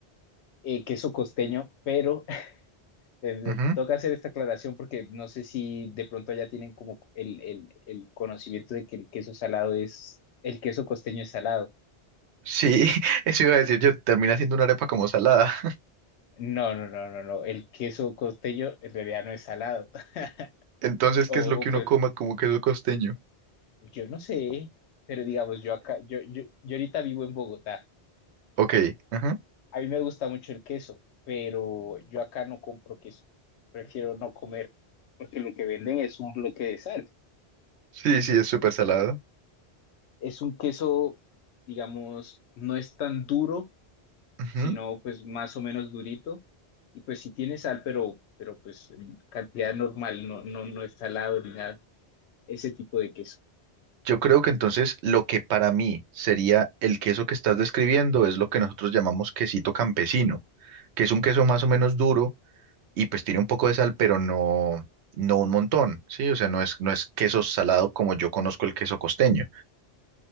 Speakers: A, on the left (about 80°); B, on the right (about 80°).
A: Eh, queso costeño, pero <laughs> eh,
B: Ujú.
A: toca hacer esta aclaración porque no sé si de pronto ya tienen como el, el, el conocimiento de que el queso salado es, el queso costeño es salado.
B: Sí, <laughs> eso iba a decir yo, termina siendo una arepa como salada. <laughs>
A: No, no, no, no, no. El queso costeño en realidad no es salado. <laughs>
B: Entonces,
A: O,
B: ¿qué es lo que
A: o, pues,
B: uno coma como queso costeño?
A: yo no sé, pero digamos, yo acá, yo, yo, yo ahorita vivo en Bogotá.
B: Ok, ajá.
A: A mí me gusta mucho el queso, pero yo acá no compro queso. Prefiero no comer, porque lo que venden es un bloque de sal.
B: Sí, sí, es súper salado.
A: Es un queso, digamos, no es tan duro,
B: Ujú.
A: sino pues más o menos durito. Y pues sí tiene sal, pero, pero pues en cantidad normal, no, no, no es salado ni nada. Ese tipo de queso.
B: Yo creo que entonces lo que para mí sería el queso que estás describiendo es lo que nosotros llamamos quesito campesino, que es un queso más o menos duro y pues tiene un poco de sal, pero no, no un montón, ¿sí? O sea, no es, no es queso salado como yo conozco el queso costeño,